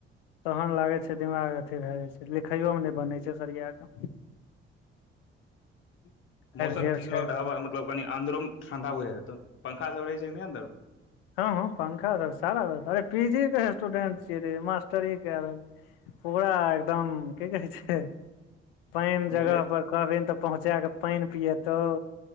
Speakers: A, on the left; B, on the left.
A: तहन लागै छै दिमाग अथी भए जाइ छै लिखैओमे नहि बनै छै सरिया कऽ
B: ह <inaudible> मौसम
A: जे
B: ठीक
A: छै
B: रहल तऽ हवा मतलब कनि अन्दरो मे ठंडा बुझाईत हेतौ पंखा सब रह छैकी ने अन्दर
A: हँ हँ पंखा सब सारा व्यथा अरे पी जी के स्टूडेंट छियै रे मास्टर कए रहल पूरा एकदम की कहै छै पानि जगह
B: नहि
A: पर कहबी तऽ पहुँचा क पाईनि पियतौ